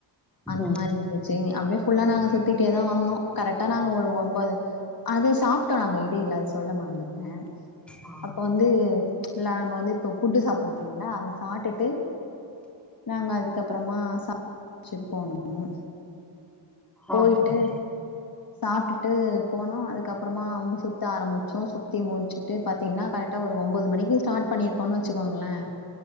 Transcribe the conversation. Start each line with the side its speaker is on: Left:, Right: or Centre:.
Left: அந்த
Centre: ம்
Left: மாரி இருந்துச்சு அப்டியே ஃபுல்லா நாங்க சுத்திட்டேதா வந்தோ கரெட்டா நாங்க ஒரு ஒம்பொது அது சாப்டோ நாங்க இடைல அது சொல்ல மறந்து ட்டே
Centre: ஆ.
Left: அப்போ வந்து ல நம்ம வந்து இப்ப ஃபுட்டு சாப்புட்னு இல்லிங்ளா அத சாட்டுட்டு நாங்க அதுக்கப்றமா சர்ச்சுக்கு போனு போயிட்டு
Centre: ஓகே மேம்.
Left: சாப்டுட்டு போனோ அதுக்கப்றமா சு த்த ஆரமிச்சோ சு த்தி முடுச்சுட்டு பாத்தீங்னா கரெக்டா ஒரு ஒம்பொது மணிக்கு ஸ்டாட் பண்ணிருப்போன் வச்சுக்கோங்களே